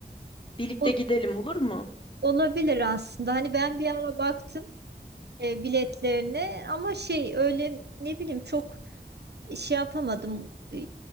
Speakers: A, on the left (about 30°); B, on the right (about 70°).
A: Birlikte
B: Ol-
A: gidelim olur mu?
B: olabilir aslında. Hani ben bir ara baktım e, biletlerine ama şey öyle ne bileyim çok şey yapamadım. e,